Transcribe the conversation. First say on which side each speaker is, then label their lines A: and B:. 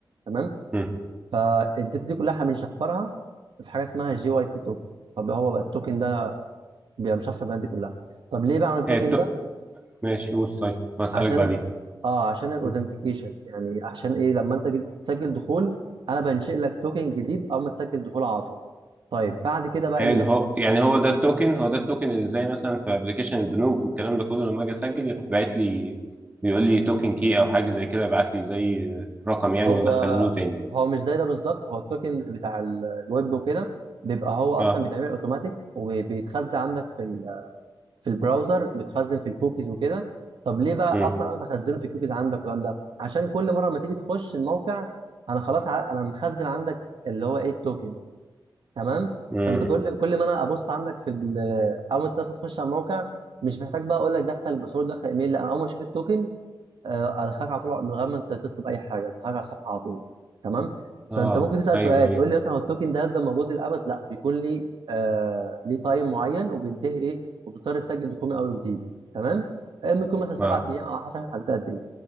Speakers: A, on the right; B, on the right.
A: تمام
B: مم.
A: فالداتا دي كلها احنا بنشفرها في حاجه اسمها جي واي تي توكن طب هو بقى التوكن ده بيبقى مشفر بالداتا دي كلها طب ليه بعمل التوكن
B: هي التو...
A: ده؟
B: ماشي قول طيب هسألك
A: عشان
B: بعدين
A: اه عشان الاوثنتيكيشن
B: مم.
A: يعني عشان ايه لما انت جد- تسجل دخول انا بنشئ لك توكن جديد اول ما تسجل دخول على طول طيب بعد كده بقى
B: حلو
A: إيه اللي بيحصل
B: هو يعني هو ده التوكن هو ده التوكن اللي زي مثلا في ابلكيشن البنوك والكلام ده كله لما اجي اسجل يروح باعت لي بيقول لي توكن كي او حاجه زي كده يبعت لي زي رقم يعني
A: هو
B: وادخله له تاني
A: هو مش زي ده بالظبط هو التوكن بتاع ال- الويب وكده بيبقى هو اصلا
B: اه
A: بيتعمل اوتوماتيك وبيتخزن عندك في ال- في البراوزر بيتخزن في الكوكيز وكده طب ليه بقى
B: مم.
A: اصلا انا بخزنه في الكوكيز عندك الكلام ده عشان كل مره ما تيجي تخش الموقع انا خلاص ع- انا مخزن عندك اللي هو ايه التوكن تمام
B: مم.
A: فانت كل كل ما انا ابص عندك في ال- اول ما انت بس تخش على الموقع مش محتاج بقى اقول لك دخل باسورد دخل ايميل لا انا اول ما اشوف التوكن آه، ادخلك على طول من غير ما انت تطلب اي حاجه ادخلك على الصفحه على طول تمام فانت
B: اه
A: ممكن تسال
B: ايوه
A: سؤال
B: ايوه
A: تقول لي مثلا هو التوكن ده هيفضل موجود للابد لا بيكون لي آه ليه تايم معين وبينتهي ايه وبتضطر تسجل دخول من اول وجديد تمام آه، ممكن يكون مثلا سبع
B: اه
A: ايام او على حسب هتحدد قد ايه